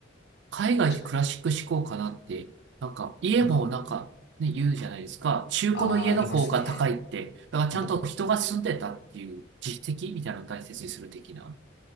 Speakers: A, on the right; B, on the left.
A: 海外ってクラシック志向かなって、
B: 確かに。
A: なんか家もなんかね、
B: なんか、
A: 言うじゃないですか。中古の家の方が高いって。
B: あー、ありますね。
A: だからちゃんと人が住んでたっていう実績みたいなのを大切にする的な。
B: なんか、